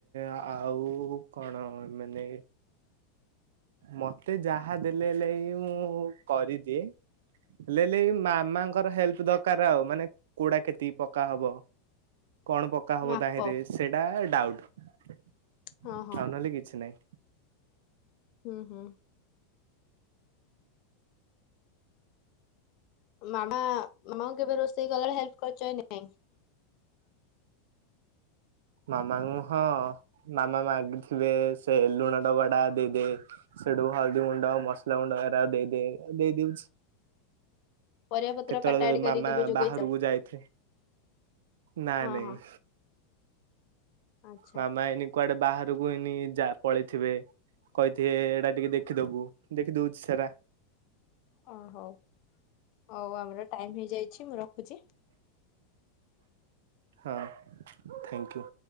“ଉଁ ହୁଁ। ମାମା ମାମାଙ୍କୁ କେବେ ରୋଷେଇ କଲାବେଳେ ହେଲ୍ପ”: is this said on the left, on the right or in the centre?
Left